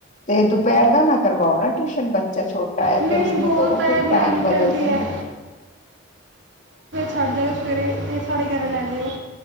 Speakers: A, on the left (about 40°); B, on the right (about 65°).
A: <unintelligible> ਦੁਪਹਿਰ ਦਾ ਨਾ ਕਰਵਾਓ ਨਾ ਟਿਊਸ਼ਨ ਬੱਚਾ ਛੋਟਾ ਹੈ
B: ਨਹੀਂ
A: ਤੇ ਉਸਨੂੰ
B: ਬੋਲਤਾ
A: ਕਹੋ
B: ਹੈ
A: ਵੀ
B: ਮੈਮ
A: ਟਾਈਮ ਬਦਲ
B: ਕਹਿੰਦੀ
A: ਦੇਣ
B: ਹੈ ਸਾਡੀੇ ਸਵੇਰੇ ਅਤੇ ਪੋਣੇ ਗਿਆਰਾ ਲੈਣ ਜਿਓ